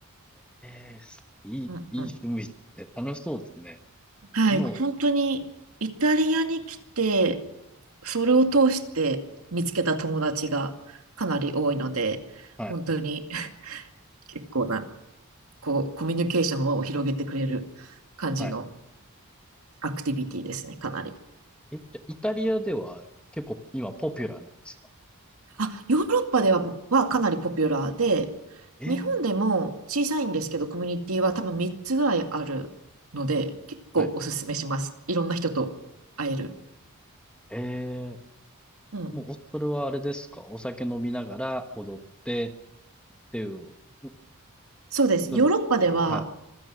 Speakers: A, in the centre; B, on the right (about 70°).
A: ええ、すいい、いい趣味ですね。
B: うんうん。
A: 楽しそうですね。
B: はい、
A: も
B: 本当にイタリアに来て、それを通して見つけた友達がかなり多いので、
A: う、はい、
B: 本当に <laughs> 結構な <laughs> こう、コミュニケーションを広げてくれる感じの
A: はい。
B: アクティビティですね、かなり。
A: えじゃあイタリアでは結構今ポピュラーなんですか
B: あ、ヨーロッパでは、はかなりポピュラーで、
A: ええ、
B: 日本でも小さいんですけど、コミュニティは多分3つぐらいあるので、結構おすすめします。
A: はい。
B: いろんな人と会える。
A: ええ、
B: うん。
A: もう、おそれはあれですかお酒飲みながら踊ってっていう、ふ
B: そうです。
A: 普通の、
B: ヨーロッパでは
A: はい、